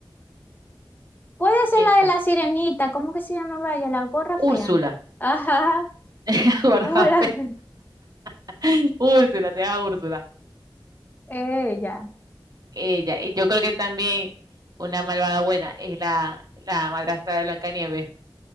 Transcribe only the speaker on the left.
Puede ser
la de la sirenita. ¿Cómo que se llamaba ella? La gorra fea.
Ajá.
Hola.
<laughs> Ella.